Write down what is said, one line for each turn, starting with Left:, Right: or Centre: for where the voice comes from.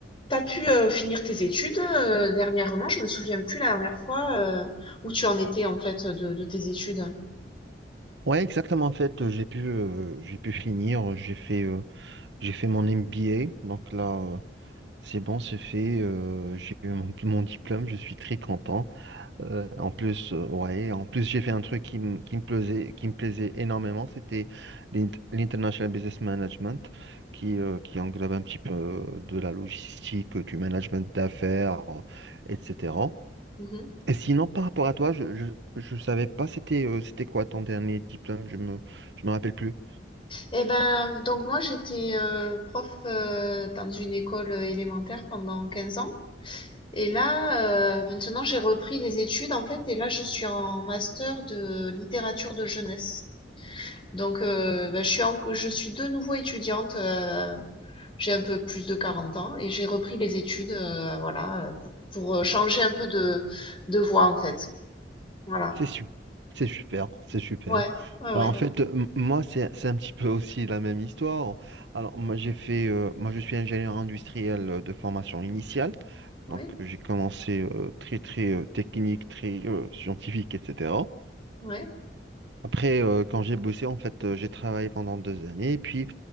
Left: T'as pu euh, finir tes études euh, dernièrement? Je me souviens plus la dernière fois euh, où tu en étais en fait de, de tes études.
Right: Ouais, exactement. En fait, euh, j'ai pu, euh, j'ai pu finir. J'ai fait, euh, j'ai fait mon MBA. Donc là, euh, c'est bon, c'est fait. euh, j'ai eu mon, mon diplôme. Je suis très content. Euh, en plus, euh, ouais, en plus, j'ai fait un truc qui, me- qui me plaisait, qui me plaisait énormément. C'était l'int- l'International Business Management, qui, euh, qui englobe un petit peu euh, de la logistique, euh, du management d'affaires, euh, etc.
Left: Mhm.
Right: Et sinon, par rapport à toi, je, je, je savais pas c'était euh, c'était quoi ton dernier diplôme, je me, je me rappelle plus.
Left: Eh ben, donc moi j'étais euh, prof euh, dans une école élémentaire pendant 15 ans. Et là, euh, maintenant j'ai repris des études en fait, et là je suis en master de littérature de jeunesse. Donc, euh, ben, je suis en- je suis de nouveau étudiante. euh, j'ai un peu plus de 40 ans et j'ai repris les études, euh, voilà, euh, pour, pour euh, changer un peu de, de voie en fait. Voilà.
Right: C'est super, c'est super, c'est super.
Left: Ouais, ouais, ouais,
Right: Alors en fait, euh, m- moi, c'est, c'est un petit peu aussi la même histoire. Alors moi, j'ai fait, euh, moi, je suis ingénieur industriel euh, de formation initiale.
Left: ouais,
Right: Donc euh, j'ai commencé euh, très, très euh, technique, très euh, scientifique, etc.
Left: ouais.
Right: Après, euh, quand j'ai bossé, en fait, euh, j'ai travaillé pendant deux années. Puis,